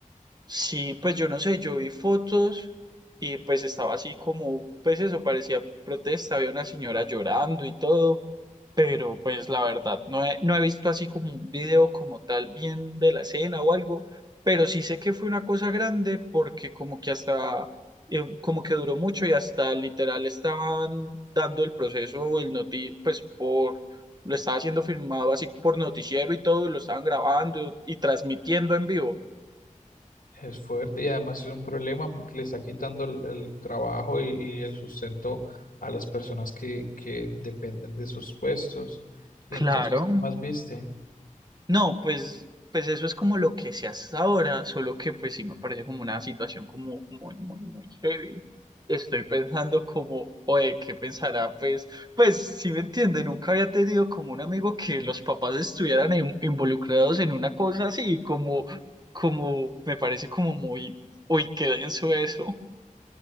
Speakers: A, on the right; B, on the left.
A: Sí, pues yo no sé, yo vi fotos y pues estaba así como, pues eso parecía protesta, había una señora llorando y todo, pero pues la verdad no he, no he visto así como un video como tal bien de la escena o algo, pero sí sé que fue una cosa grande porque como que hasta, eh, como que duró mucho y hasta literal estaban dando el proceso, el noti, pues por, lo estaba siendo filmado así por noticiero y todo, y lo estaban grabando y transmitiendo en vivo.
B: es fuerte y además es un problema porque le está quitando el, el trabajo y, y el sustento a las personas que, que dependen de sus puestos. Y entonces,
A: Claro,
B: ¿qué más viste?
A: No, pues, pues eso es como lo que se hace ahora, solo que pues sí me parece como una situación como muy, muy, muy heavy. Estoy pensando como, oye, ¿qué pensará? Pues, pues si me entiende, nunca había tenido como un amigo que los papás estuvieran in- involucrados en una cosa así, como, como, me parece como muy, uy, qué denso eso.